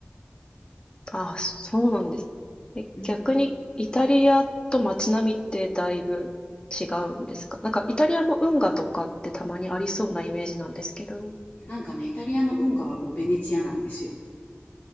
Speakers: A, on the left; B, on the left.
A: ああそうなんです。え、
B: うん。
A: 逆にイタリアと街並みってだいぶ違うんですか？
B: あ、
A: なんかイタリアも運河とかってたまにありそうなイメージなんですけど。
B: なんかね、イタリアの運河はもうベネチアなんですよ。